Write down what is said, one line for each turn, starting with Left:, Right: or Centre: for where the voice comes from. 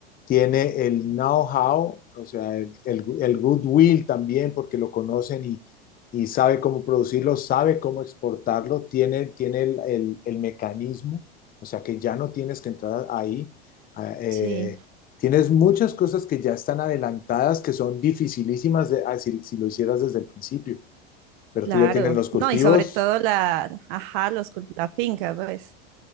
Left: tiene el know-how, o sea, el, el- el goodwill también, porque lo conocen y, y sabe cómo producirlo, sabe cómo exportarlo, tiene, tiene el, el- el mecanismo, o sea, que ya no tienes que entrar ahí. a- eh,
Right: Sí.
Left: tienes muchas cosas que ya están adelantadas, que son dificilísimas de, ah, si, si lo hicieras desde el principio, pero
Right: Claro,
Left: tú ya tienes los cultivos
Right: no, y sobre todo la, ajá, los, cul- la finca, pues.